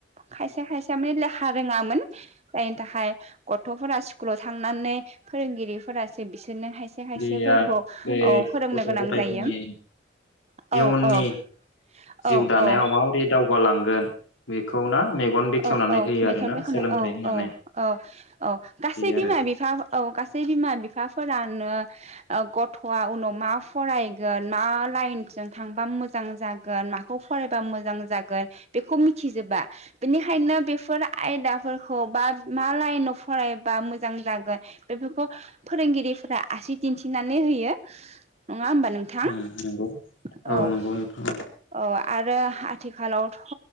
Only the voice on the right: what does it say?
खायसे-खायसे मेल्ला रोङामोन जायनि थाखाय गथफोरा स्कुलाव थांनानै फोरोंगिरिफोरासो बि बिदिनो खायसे खायसेफोरखौ
औ फोरोंनो
गोनां
जायो
औ-औ-औ-औ
औ-औ
मेगन
बेखेवनो
औ-औ-औ-औ
गासै
बिमा बिफा औ गासै बिमा बिफा फोरानो गथआ उनाव मा फरायगोन मा लाइनजों थांबा मोजां जागोन माखौ फरायबा मोजां जागोन बेखौ मिथिजोबा बेनिखायनो बेफोर आयदाफोरखौ बा मा लाइनाव फरायबा मोजां जागोन बेफोरखौ फोरोंगिरिफोरा आसि दिन्थिनानै होयो नङा हबा नोंथां
औ
-
औ आरो आथिखालावथ